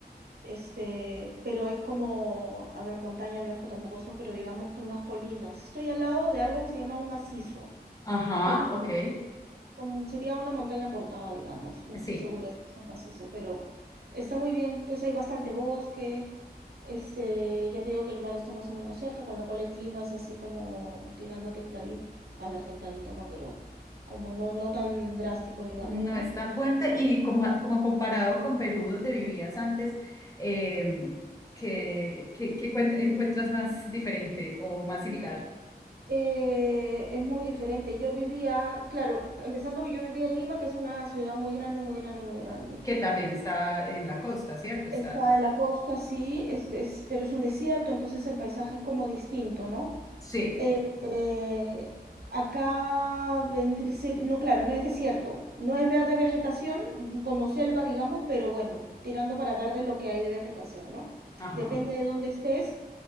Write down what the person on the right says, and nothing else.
Este, pero es como, a ver, montaña no es tampoco son, pero digamos que unas colinas. Estoy al lado de algo que se llama un macizo
que es como
si, como sería una montaña cortada, digamos. No
estoy segura de que sea un macizo, pero está muy bien. Entonces hay bastante bosque. Este, ya te digo que el mar está más o menos cerca, con lo cual el clima es así como tirando templadito. A ver, templadito no, pero como no, no tan drástico, digamos,
¿no?
Eh, es muy diferente. Yo vivía, claro, empezando, yo vivía en Lima, que es una ciudad muy grande, muy grande, muy grande.
Está en la costa, sí, es, es- pero es un desierto, entonces el paisaje es como distinto, ¿no?
Eh, eh, acá vendría, ser- no, claro, no es desierto, no es verde vegetación, como selva, digamos, pero bueno, tirando para verde lo que hay de vegetación, ¿no?
Depende de dónde estés,